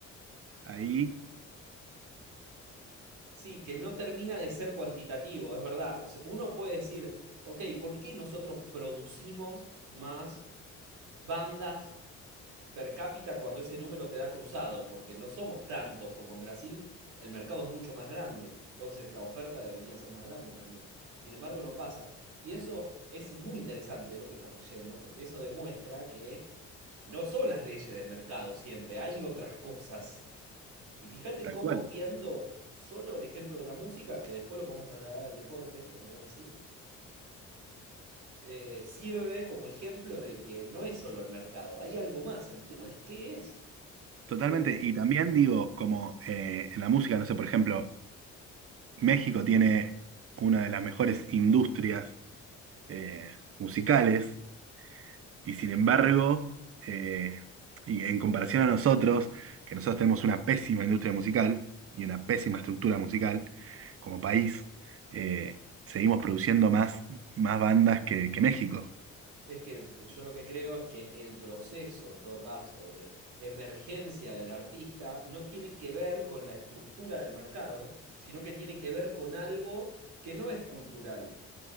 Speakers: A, on the right; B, on the right.
A: ahí
B: Sí, que no termina de ser cuantitativo, es verdad. O sea, uno puede decir, ok, ¿por qué nosotros producimos más bandas per cápita cuando ese número te da cruzado, porque no somos tantos como en Brasil, el mercado es mucho más grande, entonces la oferta debería ser más grande también. Sin embargo, no pasa. Y eso es muy interesante lo que estás trayendo, porque eso demuestra que no son las leyes del mercado siempre, hay otras cosas. Y fíjate
A: tal
B: cómo
A: cual.
B: viendo solo el ejemplo de la música, que después lo podemos trasladar al deporte, como vos decías, eh, sirve como ejemplo de que no es solo el mercado, hay algo más. El tema es qué es.
A: Totalmente.
B: Digo, ¿qué?
A: Y también digo, como eh, en la música, no sé, por ejemplo, México tiene una de las mejores industrias eh, musicales y sin embargo, eh, y en comparación a nosotros, que nosotros tenemos una pésima industria musical y una pésima estructura musical como país, eh, seguimos produciendo más, más bandas que, que México.
B: Es que eh, yo lo que creo es que el proceso, en todo caso, de emergencia del artista no tiene que ver con la estructura del mercado, sino que tiene que ver con algo que no es cultural,